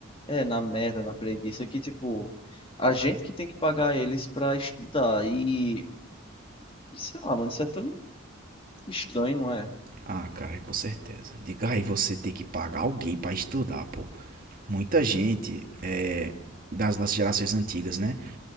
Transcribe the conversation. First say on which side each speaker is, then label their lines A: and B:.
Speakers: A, on the left; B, on the right.
A: É, na merda, na preguiça, que tipo, a gente que tem que pagar eles para estudar. E E sei lá, mano, isso é tão estranho, não é?
B: Ah, cara, com certeza. Diga aí, você tem que pagar alguém pra estudar, pô. Muita gente é, das, das gerações antigas, né?